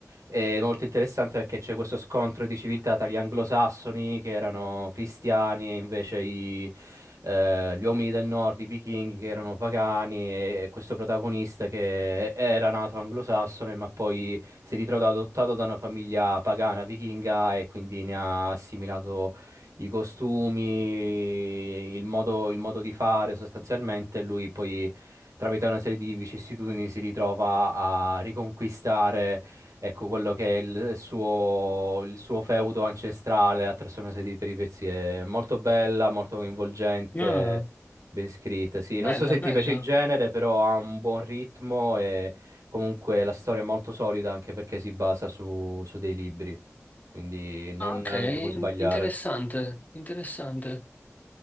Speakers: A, on the right; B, on the left.
A: È molto interessante perché c'è questo scontro di civiltà tra gli anglosassoni che erano cristiani e invece i, eh, gli uomini del nord, i vichinghi che erano pagani e questo protagonista che era nato anglosassone ma poi si ritrova adottato da una famiglia pagana vichinga e quindi ne ha assimilato i costumi, il modo, il modo di fare sostanzialmente. Lui poi, tramite una serie di vicissitudini, si ritrova a riconquistare, ecco, quello che è il suo, il suo feudo ancestrale attraverso una serie di peripezie. Molto bella, molto coinvolgente.
B: Ah,
A: Ben scritta, sì. Non
B: bella,
A: so se
B: bella.
A: ti piace il genere, però ha un buon ritmo e Comunque la storia è molto solida anche perché si basa su, su dei libri, quindi non,
B: Ah, ok,
A: non ti puoi sbagliare.
B: interessante, interessante.